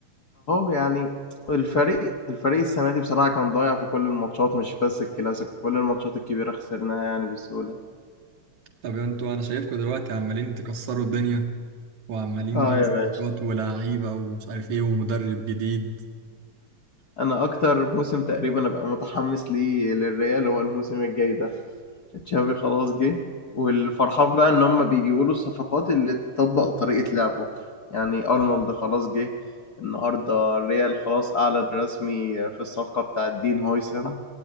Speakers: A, on the left (about 50°); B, on the right (about 70°).
A: يعني الفريق الفريق السنه دي بصراحه كان ضايع في كل الماتشات مش بس الكلاسيكو كل الماتشات الكبيره خسرناها يعني بسهوله
B: طب انتوا انا شايفكم دلوقتي عمالين تكسروا الدنيا وعمالين
A: اه
B: بقى
A: يا
B: صفقات
A: باشا
B: ولاعيبة ومش عارف ايه ومدرب جديد
A: انا اكتر موسم تقريبا ابقى متحمس ليه للريال هو الموسم الجاي ده تشافي خلاص جه والفرحان بقى ان هم بيجيبوا له الصفقات اللي تطبق طريقة لعبه يعني ارنولد خلاص جه النهارده الريال خلاص اعلن رسمي في الصفقة بتاعت دين هويسن